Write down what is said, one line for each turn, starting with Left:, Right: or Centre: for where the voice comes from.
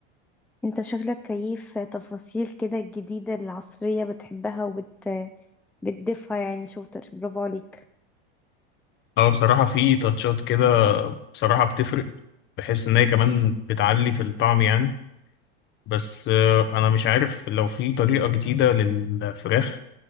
Centre: انت شغلك كيف تفاصيل كده الجديدة العصرية بتحبها وبت بتضيفها يعني شاطر برافو عليك
Left: اه بصراحه في تاتشات كده بصراحه بتفرق بحس ان هي كمان بتعلي في الطعم يعني بس آه، انا مش عارف لو في طريقه جديده للفراخ